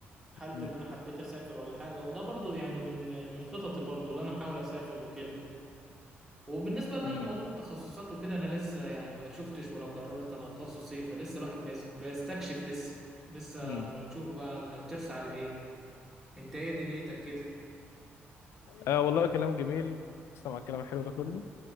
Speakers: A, in the centre; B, on the left.
A: في حالة
B: مم.
A: اللي انا حبيت اسافر ولا حاجة وده برضه يعني من من خططي برضه اللي انا احاول اسافر وكده وبالنسبة بقى
B: مم.
A: لموضوع التخصصات وكده انا لسه يعني ما شفتش ولا قررت انا هتخصص ايه فلسه الواحد بيس- بيستكشف لسه لسه
B: مم. مم.
A: ما نشوف بقى انا هترسى على ايه انت ايه دنيتك كده
B: آه والله كلام جميل استمع الكلام الحلو ده كله